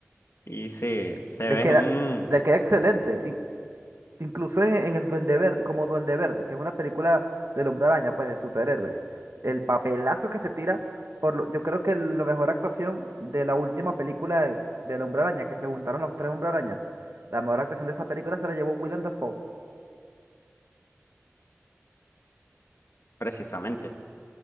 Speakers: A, on the left; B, on the right.
A: y sí, se
B: Le
A: ven
B: queda, le queda excelente. Incluso en, en el Duende Verde, como Duende Verde, que es una película del Hombre Araña, pues de superhéroes. El papelazo que se tira, por lo- yo creo que la mejor actuación de la última película de, del Hombre Araña, que se juntaron los tres Hombre Araña, la mejor actuación de esa película se la llevó Willem Dafoe.
A: precisamente.